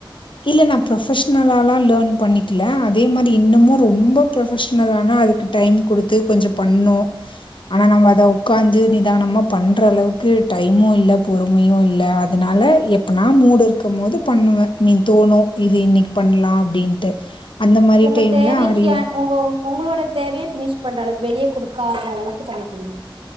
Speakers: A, on the left (about 70°); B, on the right (about 85°).
A: இல்ல நா ப்ரொஃப்ஷனலாலா லேன் பண்ணிக்கல அதே மாரி இன்னமு ரொம்ப ப்ரொஃப்ஷனலானா அதுக்கு டைம் குடுத்து கொஞ்சோ பண்ணு ஆனா நம்ம அத உக்காந்து நிதானமா பண்ற அளவுக்கு டைமு இல்ல பொறுமையு இல்ல அதனால எப்பனா மூடு இருக்குமோது பண்ணுவே மீன் தோணு இது இன்னைக்கு பண்லா அப்டின்ட்டு அந்த மாரி
B: உங்க
A: டைம்ல
B: தேவைக்கியா
A: ஆரிவொர்க்
B: உங்க உங்களோட தேவய ஃபினிஷ் பண்றளவுக்கு வெளிய குடுக்காத அளவுக்கு பண்ணிக்கிறீங்க